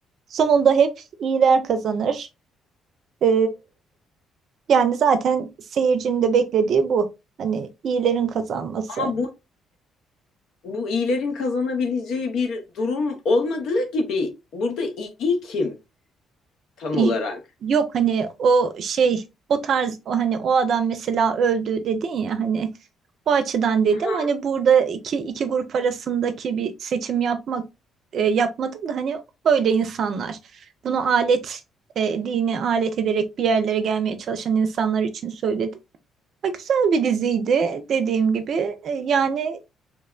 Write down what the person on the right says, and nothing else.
Sonunda hep iyiler kazanır. E, yani zaten seyircinin de beklediği bu. Hani iyilerin kazanması.
Y-
Yok hani o şey o tarz o hani o adam mesela öldü dedin ya hani o açıdan dedim
hani burada iki iki grup arasındaki bir seçim yapmak e, yapmadım da hani öyle insanlar bunu alet e, dini alet ederek bir yerlere gelmeye çalışan insanlar için söyledim. Ha, güzel bir diziydi dediğim gibi E, yani